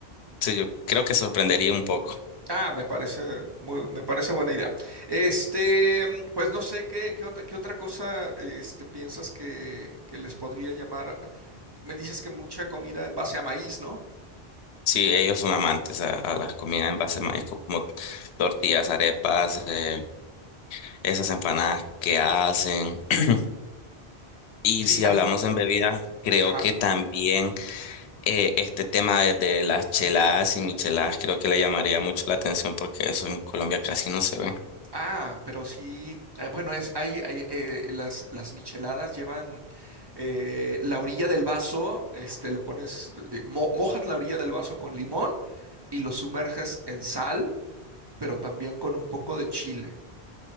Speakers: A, on the left (about 80°); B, on the right (about 30°).
A: Sí, yo creo que sorprendería un poco
B: Ah, me parece muy, me parece buena idea. Este, mm, pues no sé qué, qué otra, qué otra cosa este, piensas que, que les podría llamar. Me dices que mucha comida en base a maíz, ¿no?
A: si ellos son amantes a, a las comidas en base a maíz como tortillas, arepas, eh, esas empanadas que hacen. <clears throat> Y
B: Sí,
A: si
B: hay,
A: hablamos en bebidas, creo
B: ajá.
A: que también eh, este tema de, de las cheladas y micheladas creo que le llamaría mucho la atención porque eso en Colombia casi no se ve.
B: Ah, pero sí, eh, bueno, es, hay, hay, eh, las, las micheladas llevan eh, la orilla del vaso, este, le pones, de- mo- mojas la orilla del vaso con limón y lo sumerges en sal, pero también con un poco de chile,